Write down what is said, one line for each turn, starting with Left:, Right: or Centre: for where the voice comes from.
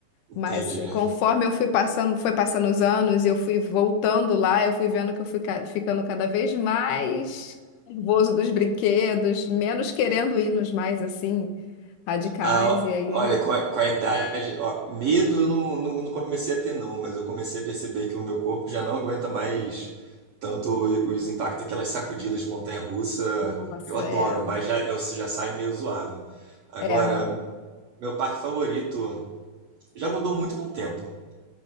Right: Entendi.
Left: Mas eh, conforme eu fui passando, foi passando os anos e eu fui voltando lá, eu fui vendo que eu fui ca- ficando cada vez mais nervoso dos brinquedos, menos querendo ir nos mais assim radicais.
Right: Ah,
Left: E aí,
Right: olha, com a, com a idade, ó, medo eu não, não, não comecei a ter, não, mas eu comecei a perceber que o meu corpo já não aguenta mais tanto o- os impactos aquelas sacudidas de montanha-russa.
Left: nossa,
Right: Eu adoro,
Left: é,
Right: mas já, eu já saio meio zoado. Agora,
Left: é, não.
Right: meu parque favorito já mudou muito com o tempo.